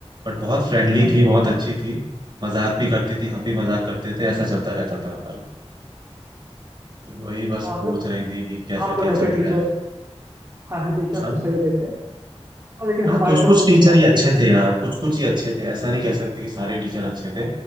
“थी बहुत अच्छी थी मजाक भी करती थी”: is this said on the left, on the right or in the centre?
Right